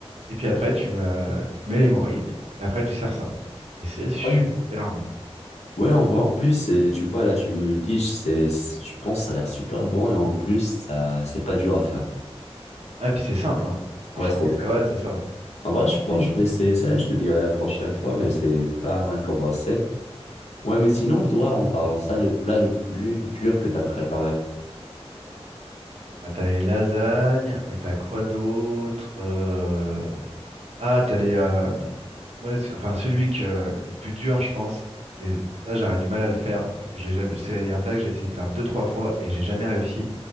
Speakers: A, on the right; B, on the left.
A: Et puis après, tu, euh, tu mets les morilles. Et après, tu sers ça. Et c'est super
B: Ouais.
A: bon.
B: Ouais, en vrai, en plus, euh, tu vois, là, tu me le dis, je- c'est, c'est- je pense que ça a l'air super bon et en plus, ça, c'est pas dur à faire.
A: Ah, et puis c'est simple, hein. Franchement,
B: Ouais, c'est...
A: c'est ouais, c'est ça.
B: En vrai, je pense
A: Et
B: que je vais essayer ça et je te dirai la prochaine fois, mais c'est pas mal comme recette. Ouais, mais sinon, toi, en parlant de ça, le plat le plus dur que t'as préparé.
A: Ah, t'as les lasagnes, mais t'as quoi d'autre? euh, Ah, t'as les. euh, Moi, c- enfin, celui que le plus dur, je pense. Et ça, j'aurais du mal à le faire parce que j'ai jamais. C'est un plat que j'ai essayé de faire deux, trois fois et j'ai jamais réussi.